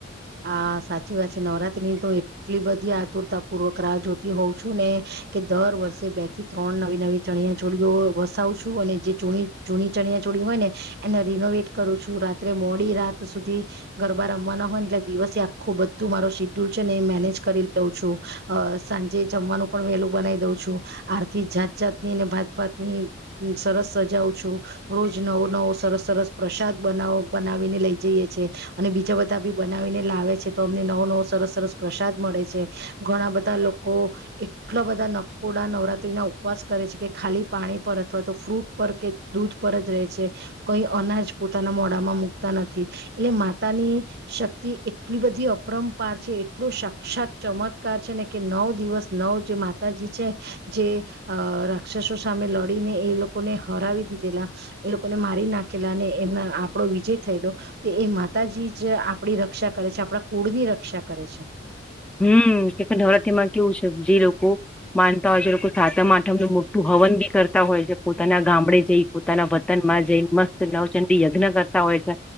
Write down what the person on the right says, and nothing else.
હા સાચી વાત છે નવરાત્રીની તો એટલી બધી આતુરતા પૂર્વક રાહ જોતી હોઉં છું ને કે દર વર્ષે બે થી ત્રણ નવી નવી ચણિયા ચોળીઓ વસાવ છું અને જે ચૂ ચૂની ચણિયાચોળી હોય ને એને રિનોવેટ કરું છું રાત્રે મોડી રાત સુધી ગરબા રમવાના હોય એટલે દિવસે આખું બધું મારો શેડ્યુલ છે ને એ મેનેજ કરી દઉં છું અ સાંજે જમવાનું પણ વહેલું બનાવી દઉં છું આરથી જાત જાત ની અનેને ભાતભાતની સરસ સજા છું રોજ નવો નવો સરસ સરસ પ્રસાદ બનાવ બનાવીને લઈ જઈએ છે અને બીજા બધા બી લ છે તો અમને નવો નવો સરસ સરસ પ્રસાદ મળે છે ઘણા બધા લોકો એટલા બધા નકોડા નવરાત્રી ના ઉપવાસ કરે છે કે ખાલી પાણી પર અથવા તો ફ્રૂટ પર કે દૂધ પર જ રહે છે કઈ અનાજ પોતાના મોડામાં મુકતા નથી એટલે માતાની તે એટલી બધી અપરંપાર છે એટલો સાક્ષાત ચમત્કાર છે ને કે નવ દિવસ નવ જે માતાજી છે જે રાક્ષસો સામે લડીને એ લોકોને હરાવી દીધેલા એ લોકોને મારી નાખેલા ને એમના આપડો વિજય થયેલો એ માતાજી જ આપડી રક્ષા કરે છે આપણા કોળની રક્ષા કરે છે.